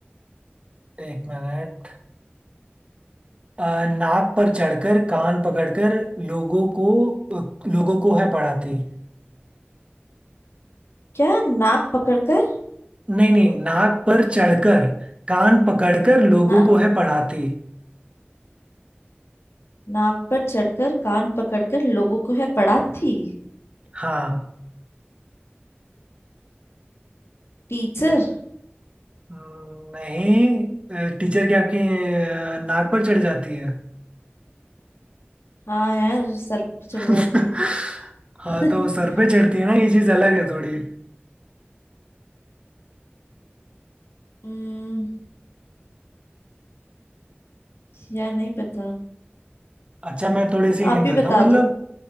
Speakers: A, on the right; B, on the left.
A: एक मिनट आ, नाक पर चढ़कर कान पकड़कर लोगों को लोगों को है पढ़ाती
B: क्या नाक पकड़कर
A: नहीं नहीं नाक पर चढ़कर कान पकड़कर लोगों
B: हाँ
A: को है पढ़ाती
B: नाक पर चढ़कर कान पकड़कर लोगों को है पढ़ाती
A: हाँ
B: टीचर
A: हम्म, नहीं टीचर की आपकी अ, नाक पर चढ़ जाती है
B: हाँ यार सर पे
A: <laughs>
B: चढ़ जाती है
A: हाँ
B: <laughs>
A: तो सर पे चढ़ती है ना ये चीज अलग है थोड़ी
B: हम्म यार नहीं पता
A: अच्छा मैं थोड़ी सी हिंट
B: आप ही
A: देता
B: बता
A: हूँ मतलब
B: दो